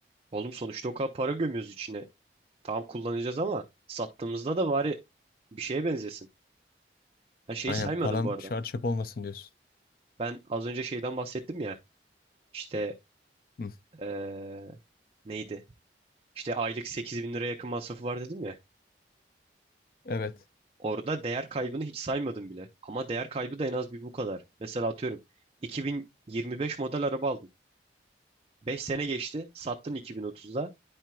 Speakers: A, on the right; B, on the left.
A: Oğlum sonuçta o kadar para gömüyoruz içine. Tamam kullanacağız ama sattığımızda da bari bir şeye benzesin. Ha şeyi
B: Aynen
A: saymadım
B: param
A: bu arada.
B: şu an çöp olmasın diyorsun.
A: Ben az önce şeyden bahsettim ya. İşte
B: Hı.
A: eee, neydi? İşte aylık 8 bin liraya yakın masrafı var dedim ya.
B: Evet.
A: Orada değer kaybını hiç saymadım bile. Ama değer kaybı da en az bir bu kadar. Mesela atıyorum 2025 model araba aldın. 5 sene geçti, sattın 2030'da.